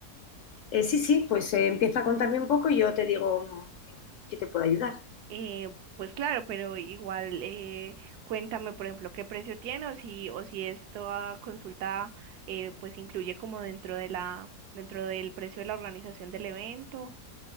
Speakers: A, on the left (about 65°); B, on the right (about 75°).
A: Eh, sí, sí, pues eh, empieza a contarme un poco y yo te digo mm, en qué te puedo ayudar.
B: Eh, pues claro, pero igual eh, cuéntame, por ejemplo, qué precio tiene o si, o si esta consulta eh, pues incluye como dentro de la, dentro del precio de la organización del evento.